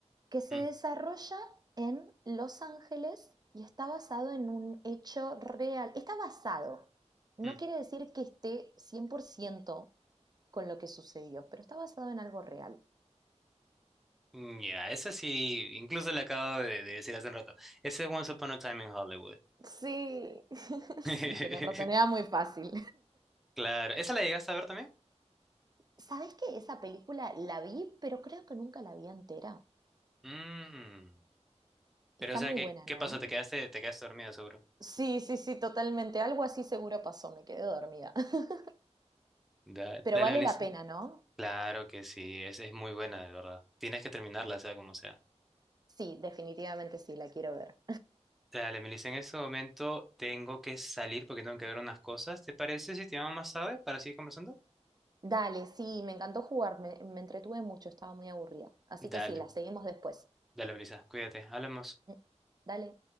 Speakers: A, on the right; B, in the centre.
A: que se
B: Mm,
A: desarrolla en Los Ángeles y está basado en un hecho real? Está basado. No
B: mm.
A: quiere decir que esté 100% con lo que sucedió, pero está basado en algo real.
B: Mm, Ya, esa sí, incluso le acabo de, de decir hace un rato. Ese es Once Upon a Time in Hollywood.
A: Sí, <laughs> Sí,
B: <laughs>
A: tenés razón, era muy fácil.
B: Claro, ¿esa la llegaste a ver también?
A: ¿Sabés que esa película la vi, pero creo que nunca la vi entera?
B: Mm.
A: Está
B: Pero o sea,
A: muy
B: ¿qué,
A: buena,
B: qué
A: ¿no?
B: pasó? ¿Te quedaste, te quedaste dormido seguro?
A: Sí, sí, sí, totalmente. Algo así seguro pasó, me quedé dormida. <laughs>
B: Dale,
A: Pero
B: dale,
A: vale
B: Melissa.
A: la pena, ¿no?
B: Claro que sí, es, es muy buena, de verdad. Tienes que terminarla, sea como sea.
A: Sí, definitivamente sí, la quiero ver.
B: Dale, Melissa, en este momento tengo que salir porque tengo que ver unas cosas. ¿Te parece si te llamo más tarde para seguir conversando?
A: Dale, sí, me encantó jugar, me, me entretuve mucho, estaba muy aburrida. Así que
B: Dale,
A: sí, la seguimos después.
B: dale, Melissa, cuídate, hablamos.
A: Mm, Dale.